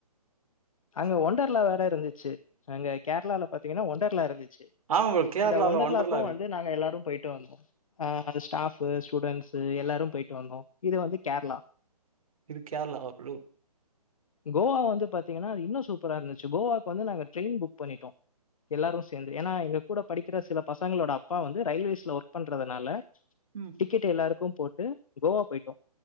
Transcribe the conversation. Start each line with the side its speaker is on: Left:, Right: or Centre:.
Left: அங்க
Right: ச
Left: ஒண்டர்லா வேற இருந்துச்சு அங்க கேரளால பாத்தீங்கன்னா ஒண்டர்லா இருந்துச்சு
Right: ஆமா ப்ரோ. கேரளால
Left: அந்த ஒண்டர்லாக்கு
Right: ஒண்டர்லா இருக்கு.
Left: வந்து நாங்க எல்லாரு பொயிட்டு வந்தோ அ அந்த ஸ்டாஃப்பு ஸ்டூடெண்ட்ஸு எல்லாரு பொயிட்டு வந்தோ இது வந்து கேர்ளா
Right: இது கேரளாவா ப்ரோ
Left: கோவா வந்து பாத்தீங்கன்னா அது இன்னு சூப்பரா இருந்துச்சு கோவாக்கு வந்து நாங்க ட்ரெயின் புக் பண்ணிட்டோ எல்லாரு சேந்து ஏன்னா எங்க கூட படிக்கிற சில பசங்களோட அப்பா வந்து ரயில்வேஸ்ல ஒர்க் பண்றதுனால
Right: ம்
Left: டிக்கெட் எல்லாருக்கு போட்டு கோவா பொயிட்டோ